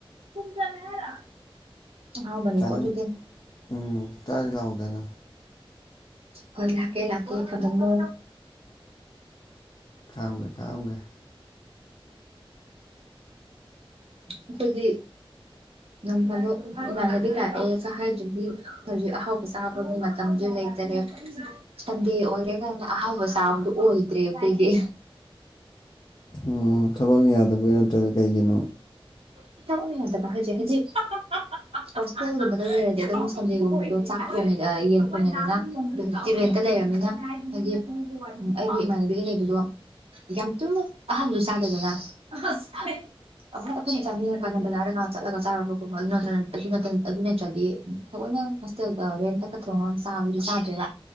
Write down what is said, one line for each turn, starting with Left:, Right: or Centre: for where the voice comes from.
Right: ꯊꯨꯝ ꯆꯝꯃ‌ꯦ ꯍꯥꯏꯔ‌ꯣ ꯑꯍꯥꯎꯕꯅꯤ
Left: ꯆꯥꯅꯤꯡ
Right: ꯀꯣ ꯑꯗꯨꯗꯤ꯫
Left: ꯎꯝ ꯇꯥꯖꯤ ꯂꯥꯎꯗꯅ꯫
Right: ꯍꯣꯏ ꯂꯥꯛꯀꯦ ꯂꯥꯛꯀꯦ ꯊꯃꯝꯃꯣ
Left: ꯈꯥꯑꯝꯒꯦ ꯈꯥꯑꯝꯒꯦ
Right: ꯑꯈꯣꯏꯗꯤ ꯅꯣꯡ ꯐꯥꯗꯣꯛ ꯏꯃꯥꯟꯅꯕꯤ ꯂꯥꯛꯑꯦ ꯀ ꯍꯥꯏꯗꯔꯗꯤ ꯍꯧꯖꯤꯛ ꯑꯍꯥꯎꯕ ꯆꯥꯕꯒꯤ ꯃꯠ ꯃꯇꯝꯖꯨ ꯂꯩꯇꯔꯦꯕ ꯁꯟꯗꯦ ꯑꯣꯏꯔꯦ ꯀꯅ ꯑꯍꯥꯎꯕ ꯆꯥꯕꯗꯨ ꯑꯣꯏꯗ꯭ꯔꯦ ꯑꯩꯈꯣꯏꯒꯤ
Left: ꯑꯣ ꯊꯕꯛꯅ ꯌꯥꯗꯕꯒꯤ ꯅꯠꯇ꯭ꯔꯒ ꯀꯩꯒꯤꯅꯣ
Right: <unintelligible> ꯍꯣꯁꯇꯦꯜꯒꯨꯝꯕꯗ ꯂꯩꯔꯗꯤ ꯑꯗꯨꯝ ꯁꯟꯗꯦꯒꯨꯝꯕꯗꯣ ꯆꯥꯛ ꯊꯣꯡꯉꯦ ꯑ ꯌꯦꯟ ꯊꯣꯡꯉꯦꯗꯅ ꯑꯗꯨꯝ ꯔꯦꯟ ꯂꯩꯔꯝꯅꯤꯅ ꯍꯥꯏꯗꯤ ꯑꯩꯒꯤ ꯏꯃꯥꯟꯅꯕꯤꯒ ꯂꯩꯕꯗꯣ ꯌꯥꯝ ꯊꯨꯅ ꯑꯍꯜꯗꯨ ꯆꯥꯒꯗꯅ ꯑꯍꯣꯏ ꯑꯩꯈꯣꯏꯅ ꯆꯥꯅꯤꯡꯉꯀꯥꯟꯗ ꯕꯖꯥꯔꯒ ꯆꯠꯂꯒ ꯆꯥꯔꯕꯒꯨꯝꯕ ꯑꯗꯨ ꯅꯠꯇꯔꯥꯅ ꯑꯗꯨ ꯅꯠꯇ ꯑꯗꯨ ꯅꯠꯇꯔꯥꯗꯤ ꯊꯋꯣꯏꯅ ꯃꯁꯤꯗꯒ ꯔꯦꯟꯇꯀꯥ ꯊꯣꯛꯉꯥꯒ ꯆꯥꯕꯗꯤ ꯆꯥꯗꯔꯦꯕ